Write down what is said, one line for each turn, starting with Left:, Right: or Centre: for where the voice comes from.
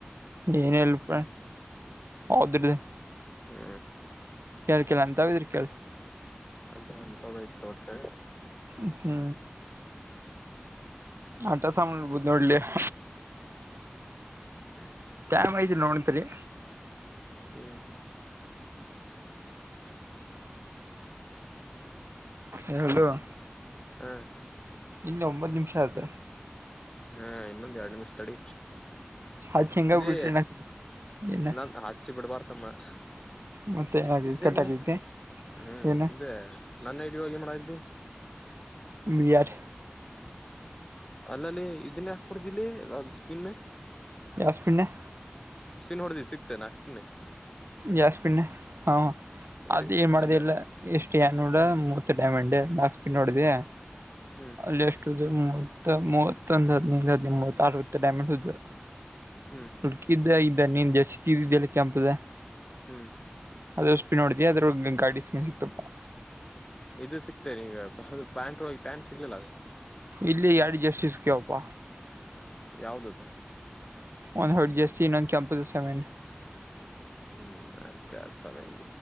Right: ಏನಲ್ಪ ಹೌದ್ರ <unintelligible>
Left: ಹ್ಮ,
Right: ಕೇಕೆಲ್ಲ ಅಂತಾವ ಇದರ್ಕ <unintelligible>
Left: ಅದ ಅಂತದಯ್ತು ಒಟ್ಟೆಗ, -
Right: ಹ್ಮ್, ಆಟ ಸಬೋದು ನೋಡ್ಲಿ, -
Left: ಹ್ಮ <inaudible>
Right: ಕಾಮ್ರಾ ಇದ್ದ ನೋಡಂತರಿ <unintelligible>
Left: ಹ್ಮ್,
Right: ಹೇಳದು <inaudible>
Left: ಹ್ಮ <unintelligible>
Right: ಇಲ್ಲಿ ಒಂಬತ್ತು ನಿಮಿಷ ಆಯತೆ. -
Left: ಹ್ಮ, ಇನ್ನೊಂದುಎರಡ್ ನಿಮಿಷ ತಡಿ.
Right: ಹಚ್ ಹೆಂಗ
Left: - ಇದೇ
Right: ಬಿಟ್ರಿ ಏನ
Left: ನಾನ್ ಹಚ್ಚಿ ಬಿಡ್ಬಾರತಮ್ಮ. - ಹ <inaudible>
Right: ಮತ್ತೆ ಏನಾಗಿದೆ
Left: ಇದಲ್ಲಿ
Right: ಕಟ್ ಆಗೈತಿ
Left: ಹ್ಮ್,
Right: ಏನ
Left: ಇದೆ ನನ್ನ ಇಡ ಹೋಗ ಮಾಡಿದ್ದಿ, -
Right: ಎಯಾರ <unintelligible>
Left: ಅಲ್ಲಲ್ಲಿ ಇದನ್ನ ಹಾಕ್ ಬಾಡ್ದಿಲ್ಲಿ ಅದು ಸ್ಪಿನ್, -
Right: ಯಾಸ್ಪಿನ್ನ
Left: ನ್ ಹೊಡ್ದಿ ಸಿಕ್ತತೆ ನಾಕ್ಸ್ಪಿನಿ, -
Right: ಜಾಸ್ಪಿನ್ ಹ, ಅದ
Left: ರಿ
Right: ಏನ್ ಮಾಡುದಲ್ಲ
Left: ಅದೇ
Right: ಎಷ್ಟು ನೋಡ
Left: ಹ್ಮ್
Right: ಮೂತ್ ಡೈಮಂಡೆ, - ಬಸ್ <inaudible> ನ್ನೋಡಿದ
Left: ಹ್ಮ್
Right: <unintelligible>
Left: ಹ್ಮ್
Right: ಅಲ್ಲಿ ಎಷ್ಟು. - ಮೂವತ್ ಮೂವತ್ತೊಂದು ಹದ್ ಹದ್ಿ <unintelligible> ಮೂವತ್ ಅರವತ್ತು ಡೈಮಿಟ್ ಹದು
Left: ಹ್ಮ್
Right: ುಡುಕ ಇದ್ದಐ <inaudible> ನೀನ್ ಜಸ್ತಿ ಇದಿದ್ದಲ್ಲಿ ಕೆಂಪದ,. -
Left: ಹ್ಮ್,
Right: ಅದ ಉಸಪಿ ನೋಡ್ದ ಅದ್ರ ಗಾಡಿಸ್ಕೊಂಡನ್ ಸಿಕ್ತಪ್ಪಾ,. -
Left: ಇದು ಸಿಗ್ತೇನೆ ಈಗ. - ಅದು ಪ್ಯಾಂಟ್ ಒಳಗೆ ಪ್ಯಾಂಟ್ ಸಿಗ್ಲಿಲ್ಲ ಅದೇ
Right: ಇಲ್ಲಿ ಎರಡು ಜರ್ಸಿ ಸಿಕ್ಯಾವಪ್ಪ
Left: ಯಾವ್ದದು. -
Right: ಒಂದ್ ಹೊಡ್ ಜಾಸ್ತಿ ಇನ್ನೊಂದ ಕೆಂಪ. ದಸಾಮನ್ <unintelligible>
Left: ಹ್ಮ್, ಅ ಸಮ <unintelligible>